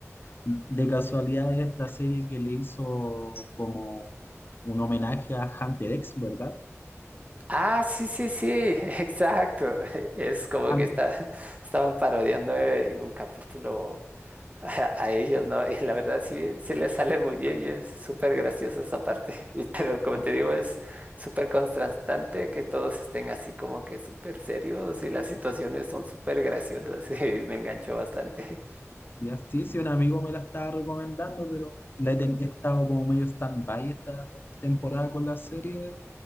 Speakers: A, on the left; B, on the right.
A: De casualidad es esta serie que le hizo como un homenaje a Hunter X, ¿verdad?
B: Ah, sí, sí, sí, <laughs> exacto. Es como que
A: Algo.
B: está, estaban parodiando en un capítulo a, a ellos, ¿no? Y la verdad sí, sí les sale muy bien y es súper graciosa esa parte. <laughs> Y, pero como
A: Ya,
B: te digo, es súper contrastante que todos estén así como que súper serios y las situaciones son súper graciosas <laughs> y me enganchó bastante.
A: ya, sí, sí, un amigo me la estaba recomendando, pero la he, ten- he estado como medio stand-by esta temporada con la serie,